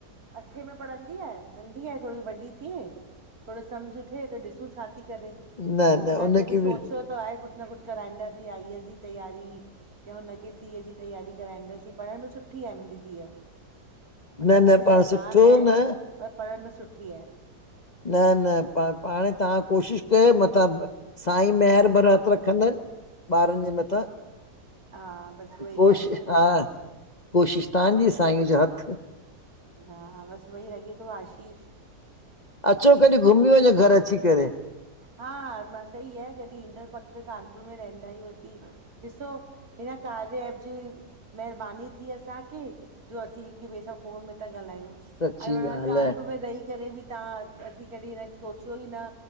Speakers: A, on the right; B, on the left.
A: अठे में पढ़ंदी आए नंढी आए थोड़ो सो वॾी थे। थोड़ो सम्झ थे, त ॾिसू छा ती करे
B: न न
A: ऊंन
B: उनखे
A: खे बि सोच च्यों त आहे कुछ न कुछ कराईं दासीं, आई एस जी तैयारी या हुनखे सी ए जी तैयारी कराईं दासीं, पढ़ण में सुठी आहे मुहिंजी धीअ, मतलब
B: न
A: थोड़ी
B: न पाण
A: श़ैतान
B: सुठो
A: हें।
B: न
A: पर पढ़ण में सुठी आहे!
B: न-न प-पाण तहां कोशिश कये मत्ता ब साईं मेहेर भर हथ रखंदन ॿारन जे मथां।
A: हा बसि उहा ई
B: कोशिश
A: आहे न
B: हा, कोशिश तहां जी सांई जो हथ!
A: हा, बस वही लगे तो आशिष
B: अचो कॾहि घुमी वंञो घर अचीं करे।
A: हा-हा म सही आहे कॾहिं ईंदस पक़ कानपुर में रहंदा आयूं असीं। ॾिसो हिंन कार्य एप जी मेहेरबानी थी असां के जो असीं हिक़ ॿे सां फ़ोन में त ॻालायूं,
B: सची
A: अरे भला
B: ॻाल्हि
A: कानपुर
B: आहे
A: में रही करे बि तहां असीं कॾहिं हिनक़ सोचयो ई न